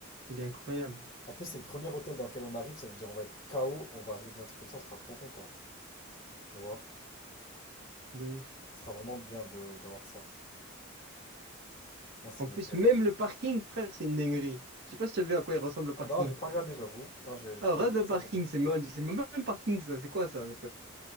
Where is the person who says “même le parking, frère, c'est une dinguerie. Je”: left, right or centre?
Right